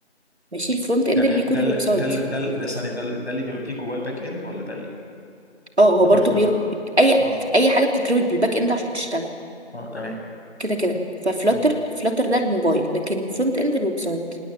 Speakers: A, on the right; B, on the left.
A: ماشي الفرونت اند
B: ده
A: اللي بيكود
B: ده
A: الويب
B: ال-
A: سايت
B: ده ال- ده ال- ده ثانية ده ال- ده اللي بيبقى فيه جواه الباك اند ولا ده ايه؟
A: اه هو
B: اللي
A: برضو
B: هو الفلاتر
A: بير...
B: ده
A: اي
B: اه
A: اي حاجه بتتربط بالباك اند عشان تشتغل
B: اه تمام
A: كده كده ففلاتر
B: مم.
A: فلاتر ده الموبايل لكن الفرونت اند الويب سايت